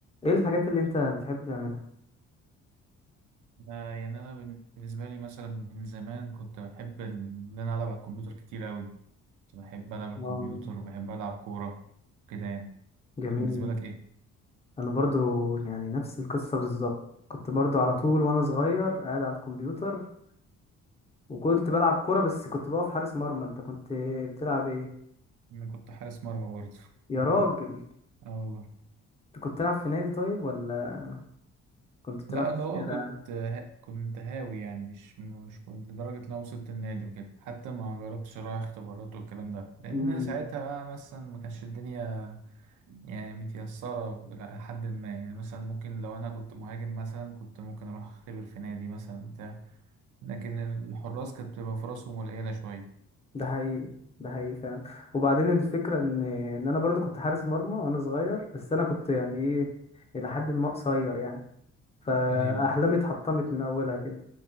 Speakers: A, on the left; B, on the right.
A: ايه الحاجات اللي انت بتحب تعملها
B: أنا يعني أنا بالنسبة لي مثلا من زمان كنت بحب ال- إن أنا ألعب على الكمبيوتر كتير أوي كنت بحب ألعب على الكمبيوتر
A: آه،
B: وبحب ألعب كورة كده يعني
A: جميل
B: أنت بالنسبة لك إيه؟
A: انا برضو يعني نفس القصة بالظبط كنت برضو على طول وانا صغير قاعد على الكمبيوتر وكنت بلعب كرة بس كنت بقف حارس مرمى انت كنت بتلعب ايه
B: أنا كنت حارس مرمى برضه
A: يا
B: <laughs>
A: راجل
B: آه والله
A: انت كنت بتلعب في نادي طيب ولا كنت بتلعب
B: لا
A: في
B: اللي
A: الشارع
B: هو كنت ها- كنت هاوي يعني مش مش كنت لدرجة إن أنا وصلت النادي وكده حتى ما جربتش أروح اختبارات والكلام ده لأن
A: امم
B: ساعتها بقى مثلا ما كانش الدنيا يعني متيسرة إلى حد ما يعني مثلا ممكن لو أنا كنت مهاجم مثلا كنت ممكن أروح أختبر في نادي مثلا لكن الحراس كانت بتبقى فرصهم قليلة شوية
A: ده حقيقي ده حقيقي فعلا وبعدين الفكرة ان ان انا برضو كنت حارس مرمى وانا صغير بس انا كنت يعني ايه الى حد ما قصير يعني فاحلامي
B: أيوه
A: اتحطمت من اولها كده